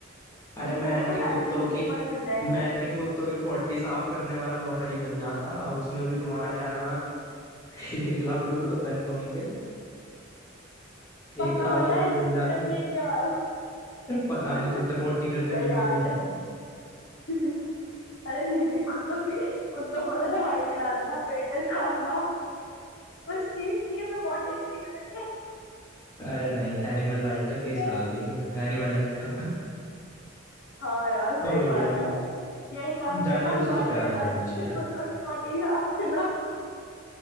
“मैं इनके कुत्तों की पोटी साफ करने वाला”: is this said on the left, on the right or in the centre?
Left